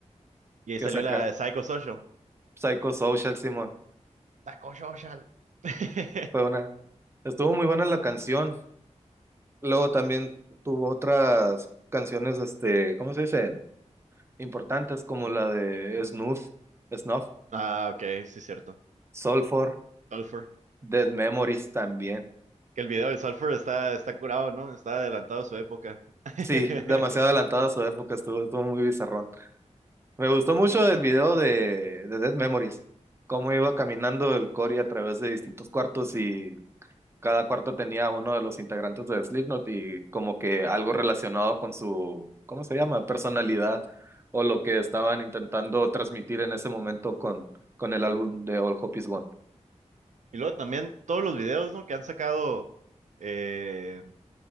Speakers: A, on the right (about 75°); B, on the right (about 20°).
A: Y ahí
B: que
A: salió
B: sacar
A: la de Psychosocial.
B: Psychosocial, Simón.
A: Taco Social. <laughs>
B: Fue una, estuvo muy buena la canción. Luego también tuvo otras canciones, este, ¿cómo se dicen? Importantes como la de Snuff, Snuff,
A: Ah, ok, sí, cierto.
B: Soulfor,
A: Sulfur.
B: Dead Memories también.
A: Que el video del Sulfur está, está curado, ¿no? Está adelantado a su época. <laughs>
B: Sí, demasiado adelantada a su época, estuvo, estuvo muy bizarrón. Me gustó mucho el video de, de Dead Memories, cómo iba caminando el Cory a través de distintos cuartos y cada cuarto tenía uno de los integrantes de Slipknot y como que algo relacionado con su, ¿cómo se llama? Personalidad o lo que estaban intentando transmitir en ese momento con, con el álbum de All Hope Is Gone.
A: Y luego también todos los videos, ¿no? Que han sacado. eh,